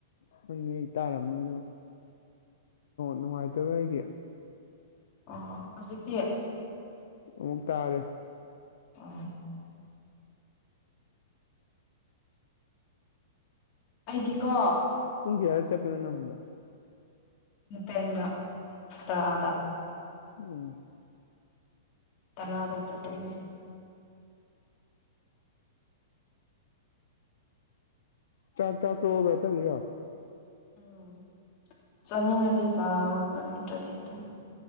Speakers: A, on the left; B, on the left.
A: ꯈꯪꯉꯦ ꯑꯩ ꯇꯥꯔꯝꯅꯦ ꯑꯗꯣ ꯅꯨꯡꯉꯥꯏꯇꯕ ꯑꯩꯒꯤ
B: ꯑꯣ ꯍꯧꯖꯤꯛꯇꯤ
A: ꯑꯃꯨꯛꯇ ꯇꯥꯔꯦ
B: ꯑꯥ ꯑꯩꯗꯤꯀꯣ
A: ꯌꯥ ꯆꯦꯅꯕꯣ
B: ꯍꯇꯦꯟꯗ ꯇꯔꯥꯗ
A: ꯎꯝ
B: ꯇꯔꯋꯥꯗ ꯆ ꯑꯗꯨꯅꯤ
A: ꯆꯥꯛ ꯆꯥꯛ ꯇꯣꯛꯑꯒ ꯆꯠꯂꯤꯔꯣ
B: ꯎꯝ ꯁꯅꯤ ꯍꯗ ꯁꯥ ꯁꯅꯤ ꯍꯗ ꯑꯗꯨꯝ